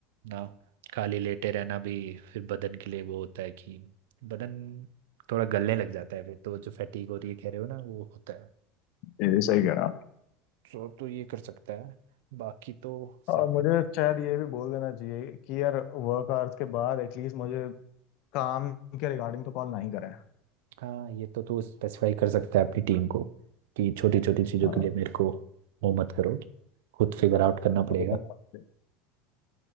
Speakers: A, on the right; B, on the left.
A: ना खाली लेटे रहना भी फिर बदन के लिए वो होता है कि बदन थोड़ा गलने लग जाता है फिर तो जो फैटीग हो रही है कह रहे हो ना वो होता है
B: ये भी सही कह रहा
A: तो तो ये कर सकता है बाकी तो
B: और
A: सही
B: मुझे शायद ये भी बोल देना चाहिए कि यार वर्क आवर्स के बाद एटलीस्ट मुझे काम के रिगार्डिंग तो कॉल नहीं करें
A: हाँ ये तो तू स्पेसिफाई कर सकता है अपनी टीम को कि छोटी छोटी चीज़ों
B: हाँ,
A: के लिए मेरे को वो मत करो खुद फिगर आउट करना पड़ेगा
B: मुझे करना चाहिए।